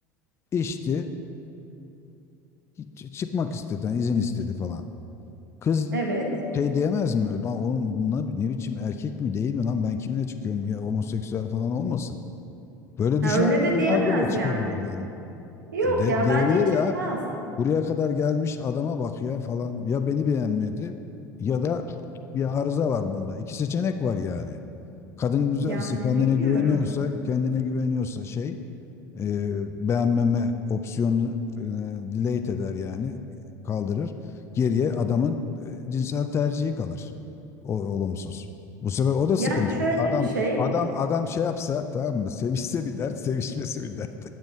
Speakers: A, on the left (about 25°); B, on the right (about 85°).
A: içti, ç- çıkmak istedi, yani izin istedi falan. Kız
B: Evet.
A: şey diyemez mi? Lan oğlum ne, ne biçim erkek mi değil mi lan ben kimle çıkıyorum ya homoseksüel falan olmasın. Böyle
B: Ha,
A: düşünen
B: öyle
A: kadınlar
B: de diyemez
A: bile çıkabilir
B: yani.
A: yani.
B: Yok
A: Ya De,
B: ya
A: diyebilir
B: bence çıkmaz.
A: ya buraya kadar gelmiş adama bak ya falan ya beni beğenmedi ya da bir arıza var bunda. İki seçenek var yani. Kadın güzelse,
B: Yani
A: kendine
B: bilmiyorum.
A: güveniyorsa, kendine güveniyorsa şey, e, beğenmeme opsiyonunu e, delete eder yani, kaldırır. Geriye adamın e, cinsel tercihi kalır. O, olumsuz. Bu sefer o da sıkıntı.
B: Yani şöyle
A: Adam
B: bir şey.
A: adam adam şey yapsa tamam mı? Sevişse bir dert, sevişmesi bir dert.